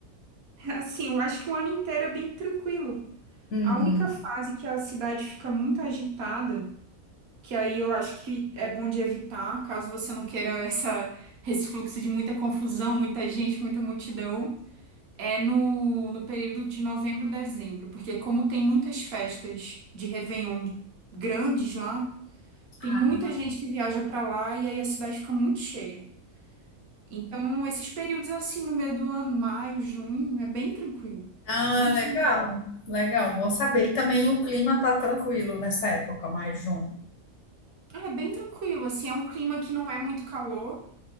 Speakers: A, on the right; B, on the left.
A: Assim, eu acho que o ano inteiro é bem tranquilo.
B: Uhum.
A: A única fase que a cidade fica muito agitada, que aí eu acho que é bom de evitar, caso você não queira <laughs> essa, esse fluxo de muita confusão, muita gente, muita multidão, é no, no período de novembro, dezembro, porque como tem muitas festas de Réveillon grandes lá, tem
B: Ah,
A: muita gente que viaja para lá e aí a cidade fica muito cheia. Então, esses períodos assim, no meio do ano, maio, junho, é bem tranquilo.
B: ah,
A: Muito
B: legal,
A: tranquilo.
B: legal, bom saber. E também o clima tá tranquilo nessa época, mais junho.
A: É bem tranquilo, assim, é um clima que não é muito calor,